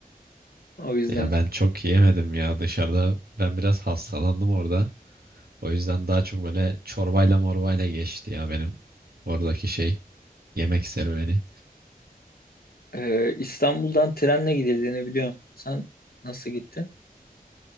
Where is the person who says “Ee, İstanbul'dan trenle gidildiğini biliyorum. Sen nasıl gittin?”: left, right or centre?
Left